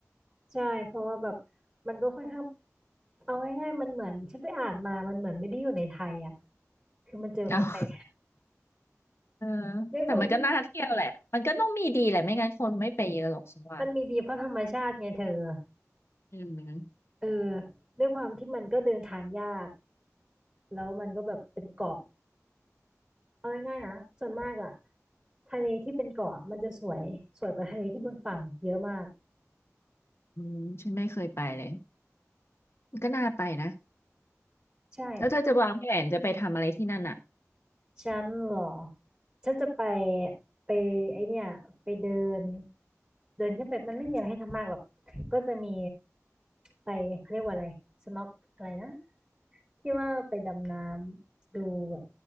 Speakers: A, on the right (about 20°); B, on the left (about 50°).
A: ใช่เพราะว่าแบบมันก็ค่อนข้างเอาง่ายๆมันเหมือนฉันไปอ่านมามันเหมือนไม่ได้อยู่ในไทยอ่ะคือมันเจอคนไทย
B: เอาเออ
A: <laughs> ด้วยความที่
B: แต่มันก็น่าเที่ยวแหละมันก็ต้องมีดีแหละไม่งั้นคนไม่ไปเยอะหรอกฉันว่า
A: มันมีดีเพราะธรรมชาติไงเธอ
B: อืม
A: เออด้วยความที่มันก็เดินทางยากแล้วมันก็แบบเป็นเกาะเอาง่ายๆนะส่วนมากอ่ะทะเลที่เป็นเกาะมันจะสวยสวยกว่าทะเลที่บนฝั่งเยอะมาก
B: อืมฉันไม่เคยไปเลยมันก็น่าไปนะ
A: ใช่
B: แล้วเธอจะวางแผนจะไปทำอะไรที่นั่นอ่ะ
A: ฉันเหรอฉันจะไปไปไอเนี่ยไปเดินเดินขึ้นไปมันไม่มีอะไรให้ทำมากหรอกก็จะมีไปเขาเรียกว่าอะไรสน็อกอะไรนะที่ว่าไปดำน้ำดูแบบ